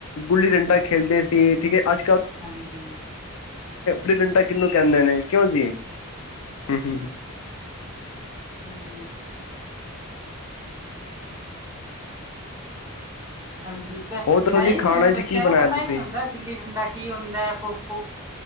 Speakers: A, on the left; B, on the right.
A: ਗੁੱਲੀ ਡੰਡਾ ਖੇਲਦੇ ਸੀ। ਠੀਕ ਹੈ ਅੱਜ ਕੱਲ
B: ਹਾਂਜੀ।
A: ਗੁਲੀ ਡੰਡਾ ਕਿਹਨੂੰ ਕਹਿੰਦੇ ਨੇ। ਕਿਉਂ ਜੀ ਹਮ ਹਮ ਹੂਂ।
B: ਹਾਂਜੀ। ਹਾਂਜੀ ਹੈ
A: ਹੋਰ ਦੱਸੋ ਜੀ
B: ਹੀ
A: ਖਾਣੇ
B: ਨੀ ਹੁਣ ਬੱਚਿਆਂ
A: ਚ ਕੀ ਬਣਾਇਆ
B: ਨੂੰ ਪਤਾ
A: ਤੁਸੀਂ
B: ਹੀ ਨਹੀਂ ਹੁੰਦਾ ਗਿੱਲੀ ਡੰਡਾ ਕੀ ਹੁੰਦਾ ਹੈ ਖੋਕੋ।